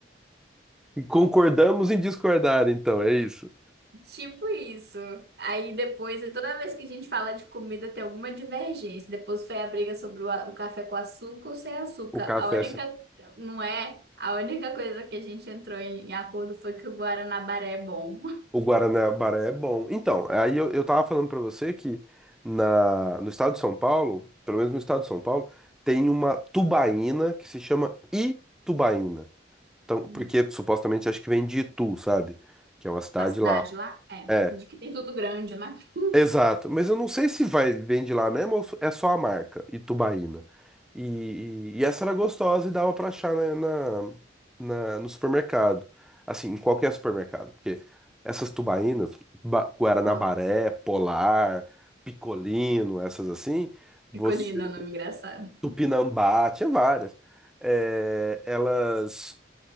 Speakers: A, in the centre; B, on the right (about 60°).
A: E concordamos em discordar, então, é isso.
B: Tipo isso. Aí depois, toda vez que a gente fala de comida, tem alguma divergência. Depois foi a briga sobre o, a- o café com açúcar ou sem açúcar.
A: O café,
B: A única, não é? A única coisa que a gente entrou em em acordo foi que o Guaranabaré é bom.
A: o Guaraná-Baré é bom. Então, aí eu, eu tava falando pra você que na, no estado de São Paulo, pelo menos no estado de São Paulo, tem uma tubaína que se chama Itubaína. Então,
B: <laughs>
A: porque supostamente acho que vem de Itu, sabe? Que é uma cidade
B: A cidade
A: lá.
B: lá? É.
A: É,
B: De que tem tudo grande, né? <laughs>
A: exato. Mas eu não sei se vai vem de lá mesmo ou é só a marca, Itubaína. E, e- e essa era gostosa e dava pra achar na, na- na- no supermercado. Assim, em qualquer supermercado. Porque essas tubaínas, Ba- Guaranabaré,
B: Aham.
A: Polar, Picolino, essas assim, você,
B: Picolina, nome engraçado.
A: Tupinambá, tinha várias. É, elas.